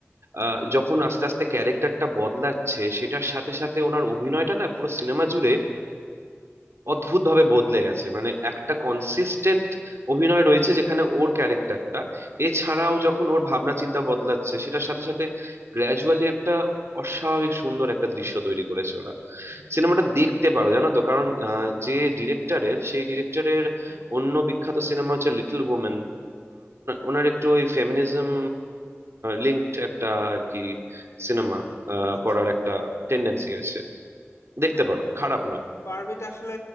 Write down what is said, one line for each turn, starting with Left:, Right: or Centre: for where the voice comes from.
Right: আহ, যখন আস্তে আস্তে ক্যারেক্টারটা বদলাচ্ছে সেটার সাথে সাথে ওনার অভিনয়টা না পুরো সিনেমা জুড়ে অদ্ভুতভাবে বদলে গেছে মানে একটা কনসিস্টেন্ট অভিনয় রয়েছে যেখানে ওর ক্যারেক্টারটা এছাড়াও যখন ওর ভাবনা চিন্তা বদলাচ্ছে সেটার সাথে সাথে গ্র্যাজুয়ালি একটা অস্বাভাবিক সুন্দর একটা দৃশ্য তৈরি করেছে ওরা সিনেমাটা দেখতে পারো জানো তো কারণ আহ, যে ডিরেক্টরের সেই ডিরেক্টরের অন্য বিখ্যাত সিনেমা হচ্ছে লিটল ওমেন ওনার একটু ওই ফেমিনিজম লিঙ্কড একটা আর কি সিনেমা
Left: আচ্ছা
Right: করার একটা টেন্ডেন্সি আছে দেখতে
Left: আচ্ছা
Right: পারো খারাপ নয়
Left: বারবিটা আসলে